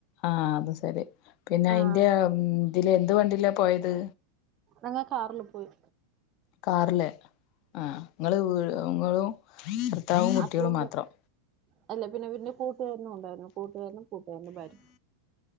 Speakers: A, on the left; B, on the right.
A: ആഹ് അത് ശരി പിന്നെ അയിന്റെ
B: ആഹ്
A: ഇതില് എന്ത് വണ്ടില പോയത്
B: ഞങ്ങള് കാറില് പോയി
A: കാറില് ആഹ് ഇങ്ങള് വീ ഇങ്ങളും ഭർത്താവും
B: ഹസ്ബൻഡ്
A: കുട്ടികളും മാത്രം
B: അല്ല പിന്നെ പിന്നെ കൂട്ടുകാരനും ഉണ്ടായിരുന്നു കൂട്ടുകാരനും കൂട്ടുകാരന്റെ ഭാര്യം